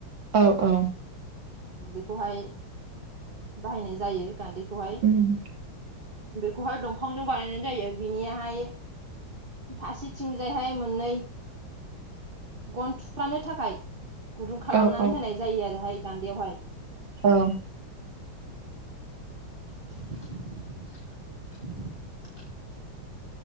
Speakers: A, on the right (about 70°); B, on the right (about 25°).
A: औ औ
B: बेखौहाय बाहायनाय जायो गान्दैखौहाय
A: उम
B: बेखौहाय दंफांजों बानायनाय जायो बिनिहाय फारसेथिंजायहाय मोननै गन थुफ्र्लानो थाखाय गुदुं खालामनानै
A: औ औ
B: होनाय जायो आरोहाय गान्दयावहाय
A: औ
B: <unintelligible>